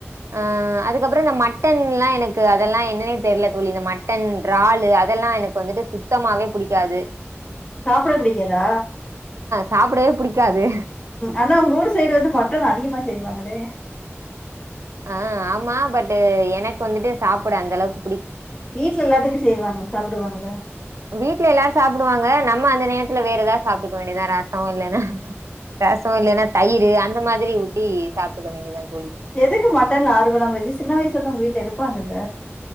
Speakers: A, on the right; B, on the left.
A: அஹ் அதுக்கப்புறம் இந்த மட்டன் எல்லாம் எனக்கு அதெல்லாம் என்னன்னே தெரியல தோழி இந்த மட்டன் றாலு அதெல்லாம் எனக்கு வந்துட்டு சுத்தமாவே பிடிக்காது.
B: சாப்பிட பிடிக்காதா.
A: சாப்டவே புடிக்காது
B: ஆனா உங்க ஊர் சைடு வந்து மட்டன் அதிகமா. செய்வாங்களே.
A: அஹ ஆமா பட்டு் எனக்கு வந்துட்டு. சாப்பிட அந்தளவுக்கு.
B: வீட்டுல எல்லாத்துக்கும் செய்வாங்க சாப்பிடுவாங்கள
A: வீட்டுல எல்லாரும் சாப்பிடுவாங்க நம்ம அந்த நேரத்துல வேற ஏதாவது சாப்பிடுக்க வேண்டியதா ரசம் இல்லைன்னா. ரசம் இல்லைன்னா தயிர். அந்த மாதிரி ஊத்தி சாப்பிட்டுக்க வேண்டியதான்.
B: எதுக்கு மட்டன்ல ஆறுவமில்லாம போச்சு. சின்ன வயசு. டதும் உங்க வீட்ல எடுப்பாங்கல்ல.